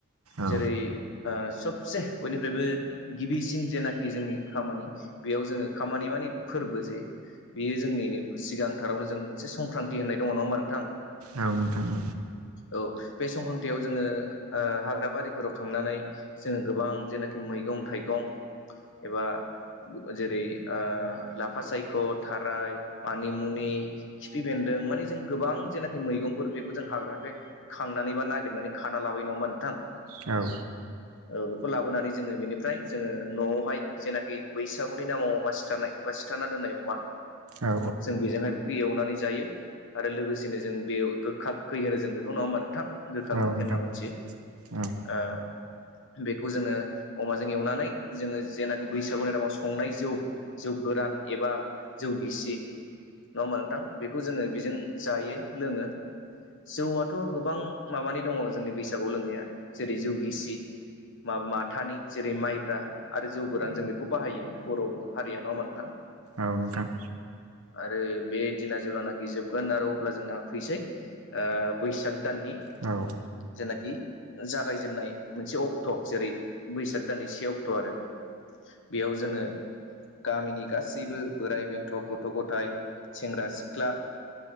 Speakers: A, on the right; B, on the left.
A: औ
B: जेरै ओ सबसे बयनिफ्रायबो गिबिसिन जेनाखि जोंनि खामानि बेयाव जोङो खामानि मानि फोरबो जे बेयो जोंनि सिगांथारावनो जों मोनसे संक्रान्ति होननाय दङ नङा होमबा नोंथां
A: औ नोंथां औ
B: औ बे संख्रान्तियाव जोङो ओ हाग्रा बारिफोराव थांनानै जोङो गोबां जेनाखि मैगं थाइगं एबा जेरै ओ लाफा सायख' थाराय मानिमुनि नि खिफि बेन्दों मान जों गोबां जेनाखि मैगंफोर बेखौ जों हाग्रानिफ्राय खांनानै बा नागिरनानै खाना लाबायो नङा होमबा नोंथां
A: औ
B: औ बेखौ लाबोनानै जोङो बेनिफ्राय जोङो न'आवहाय जेनाखि बैसागुनि नामाव अमा सिथार नाय बा सिथारा दोननाय अमा
A: औ
B: जों बेजोंहाय बेखौ एवनानै जायो आरो लोगोसेनो जों बे गोखा गोैहोनो जों बेखौ नङा होमबा नोंथां गोखा
A: औ नोंथां औ
B: गोख
A: नोंथां औ नोंथां
B: खै होनना मोनथियो
A: औ नोंथां औ नोंथां
B: ओ बेखौ जोङो अमाजों एवनानै जोङो जेंनानि बैसागुनि नायाव संनाय जौ जौ गोरान एबा जौगिसि नङा होमा नोंथां बेखौ जोङो बेजों जायो लोङो जौआथ' गोबां माबानि दङ जोंनि बैसागु लोंनाया जेरै जौ गिसि मा माथानि जेरै माइब्रा आरो जौ गोरान जों बेखौ बाहायो बर' हारिया नङाहोमबा नोंथां
A: औ नोंथां
B: आरो बे दिना जेब्लानाखि जोबगोन आरो अब्ला जोंना फैसै ओ बैसाग दाननि
A: औ
B: जेनाखि जागायजेननाय मोनसे अक्ट' जेरै बैसाग दाननि से अक्ट' आरो बेयाव जोङो गामिनि गासैबो बोराइ बेन्थ' गथ' गथाय सेंग्रा सिख्ला